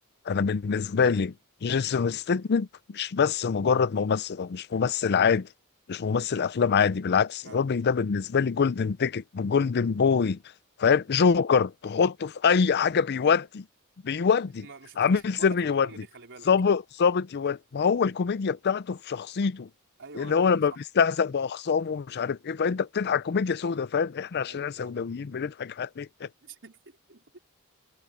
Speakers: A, on the left (about 50°); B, on the right (about 60°).
A: انا بالنسبه لي جيسون ستيتمنت مش بس مجرد ممثل هو مش ممثل عادي مش ممثل افلام عادي بالعكس
B: آه.
A: الراجل ده بالنسبه لي جولدن تيكت جولدن بوي فاهم جوكر تحطه في اي حاجه بيودي بيودي
B: بس ما... ما شفتوش
A: عميل
B: ولا
A: سري
B: فيلم
A: يودي
B: كوميدي خلي بالك
A: ظابط ظابط يودي ما هو الكوميديا بتاعته في شخصيته
B: ايوه
A: اللي هو
B: ايوه
A: لما
B: صح
A: بيستهزأ بأخصامه ومش عارف ايه فانت بتضحك كوميديا سودا فاهم احنا عشان
B: ايوه
A: احنا سوداويين
B: فعلا
A: بنضحك عليه
B: <laughs>